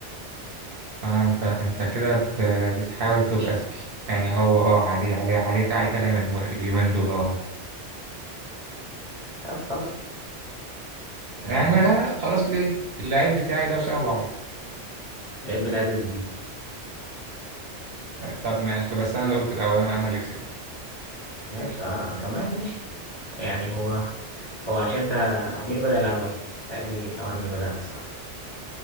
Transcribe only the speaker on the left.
طب خلاص يعني
اللاعب بتاعي ده زيزو
ماشي آه تمام ماشي يعني هو هو عشان انت هو مين اللي بدأ الأول؟ قال لي اه أنا اللي بدأت صح